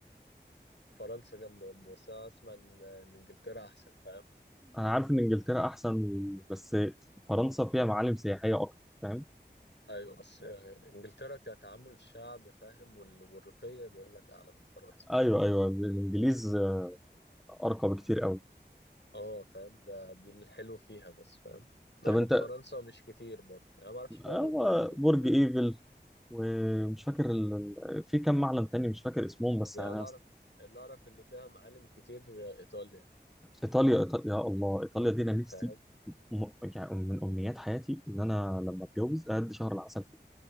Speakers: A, on the left; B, in the centre.
A: فرنسا جامده برضه بس انا اسمع ان إن انجلترا احسن فاهم
B: انا عارف ان انجلترا احسن بس فرنسا فيها معالم سياحيه اكتر فاهم
A: ايوه بس آه، انجلترا كتعامل الشعب فاهم وال- والرقي بيقول لك اعلى من فرنسا يعني
B: ايوه ايوه الانجليز ارقى بكتير قوي
A: اه فاهم ده دي الحلو فيها بس فاهم معالم
B: طب انت
A: فرنسا مش كتير برضه يعني ما اعرفش فيها
B: هو
A: غير برج ايفل
B: برج
A: بس
B: ايفل ومش فاكر ال... في كم معلم تاني مش فاكر اسمهم بس
A: يعني
B: انا
A: أنا اللي اعرف اللي اعرف اللي فيها معالم كتير آه، ايطاليا
B: ايطاليا ايطاليا يا الله ايطاليا دي انا نفسي
A: فاهم
B: م- يعني من امنيات حياتي ان انا لما اتجوز اقضي شهر العسل فيها